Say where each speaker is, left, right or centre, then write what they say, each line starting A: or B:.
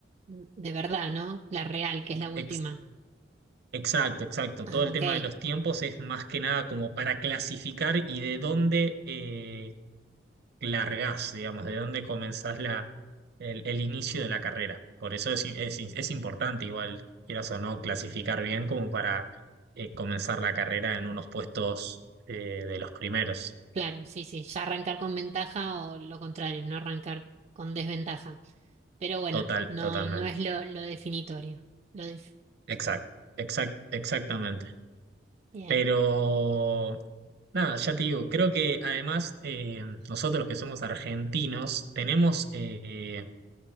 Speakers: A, on the right; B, on the right.
A: mm, de verdad, ¿no? La real, que es la última.
B: ex- Exacto, exacto.
A: Ah,
B: Todo el
A: ok,
B: tema de los tiempos es más que nada como para clasificar y de dónde eh, largás, digamos, de dónde comenzás la, el, el inicio de la carrera. Por eso es, es- es importante, igual, quieras o no, clasificar bien como para eh, comenzar la carrera en unos puestos eh, de los primeros.
A: claro, sí, sí, ya arrancar con ventaja o lo contrario, no arrancar con desventaja. Pero bueno,
B: Total,
A: no,
B: totalmente.
A: no es lo, lo definitorio. Lo def-
B: Exacto,
A: sí.
B: exact, exactamente.
A: Bien.
B: Pero Nada, ya te digo, creo que además eh, nosotros que somos argentinos tenemos, eh,